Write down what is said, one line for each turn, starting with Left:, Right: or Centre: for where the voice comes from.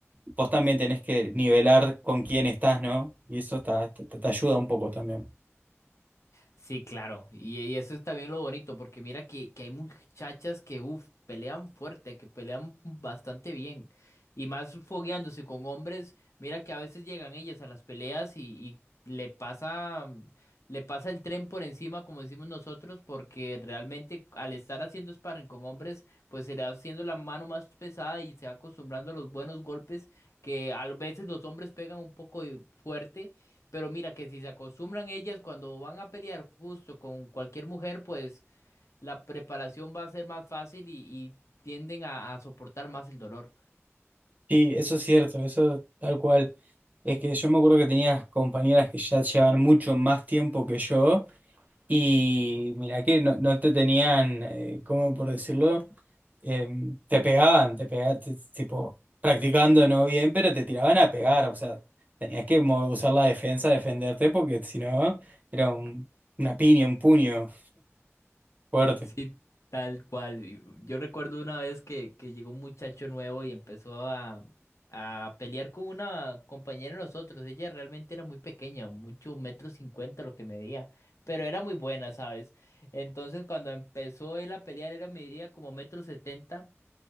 Right: vos también tenés que nivelar con quién estás, ¿no? Y eso está- te, te- te ayuda un poco también.
Left: Sí, claro. Y, y eso es también lo bonito, porque mira que, que hay muchachas que, uff, pelean fuerte, que pelean bastante bien. Y más fogueándose con hombres, mira que a veces llegan ellas a las peleas y, y le pasa, le pasa el tren por encima, como decimos nosotros, porque realmente al estar haciendo sparring con hombres, pues se le va haciendo la mano más pesada y se va acostumbrando a los buenos golpes que a veces los hombres pegan un poco de- fuerte. Pero mira que si se acostumbran ellas cuando van a pelear justo con cualquier mujer, pues la preparación va a ser más fácil y, y tienden a, a soportar más el dolor.
Right: Sí, eso es cierto, eso tal cual. Es que yo me acuerdo que tenías compañeras que ya llevaban mucho más tiempo que yo. Y mira que no, no te tenían, eh, ¿cómo por decirlo? Em, te pegaban, te pegaban, tipo, practicando no bien, pero te tiraban a pegar, o sea, tenías que mo- usar la defensa, defenderte, porque si no, era un- una piña, un puño fuerte.
Left: Sí, tal cual. Y Yo recuerdo una vez que, que llegó un muchacho nuevo y empezó a, a pelear con una compañera de nosotros. Ella realmente era muy pequeña, mucho metro cincuenta lo que medía, pero era muy buena, ¿sabes? Entonces cuando empezó él a pelear, era medía como metro setenta.